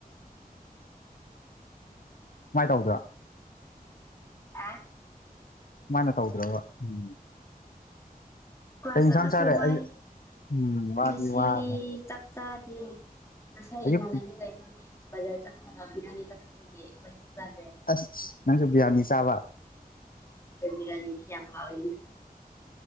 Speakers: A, on the left (about 65°); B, on the left (about 20°).
A: <unintelligible> ꯃꯥꯏ ꯇꯧꯗ꯭ꯔꯣ
B: ꯍꯥ
A: ꯃꯥꯢꯅ ꯇꯧꯗ꯭ꯔꯕ ꯎꯝ
B: ꯀ꯭ꯂꯥꯁ
A: ꯀꯩ ꯏꯟꯁꯥꯡ
B: ꯆꯠꯂꯁꯨ
A: ꯆꯥꯔꯦ
B: ꯋꯥꯏ
A: ꯑꯌꯨꯛ ꯎꯝ ꯋꯥꯗꯤ
B: ꯉꯁꯤꯗꯤ
A: ꯋꯥꯔꯦ
B: ꯆꯛ ꯆꯥꯗꯦ ꯉꯁꯥꯏ
A: ꯑꯌꯨꯛ
B: ꯏꯃꯥꯅꯕꯤꯒ ꯢꯕꯅꯤ ꯕꯖꯥꯔ ꯆꯠ ꯕꯤꯔꯌꯥꯅꯤ ꯆꯥꯊꯣꯛꯄꯒꯤ ꯆꯥꯗ꯭ꯔꯦ
A: ꯑꯁ ꯅꯪꯁꯨ ꯕꯤꯔꯌꯥꯅꯤ ꯆꯥꯕ
B: ꯍꯣꯏ ꯕ꯭ꯔꯤꯌꯥꯅꯤꯗꯤ ꯌꯥꯝ ꯍꯥꯎꯋꯦ